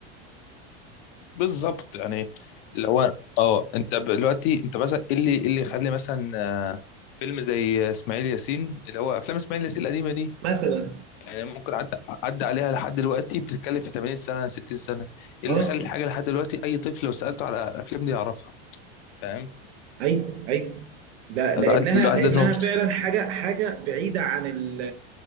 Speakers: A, on the left; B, on the right.
A: بالظبط يعني اللي هو اه انت دلوقتي انت مثلا ايه اللي إيه اللي يخلي مثلا آه، فيلم زي اسماعيل ياسين اللي هو افلام اسماعيل ياسين القديمه دي
B: مثلا
A: يعني ممكن عدى عدى عليها لحد دلوقتي بتتكلم في 80 سنه 60 سنه ايه
B: اه
A: اللي يخلي الحاجه لحد دلوقتي اي طفل لو سالته على الافلام دي يعرفها فاهم
B: ايوه ايوه لا لانها
A: الواحد الواحد
B: لانها
A: لازم يبص
B: فعلا حاجه حاجه بعيده عن ال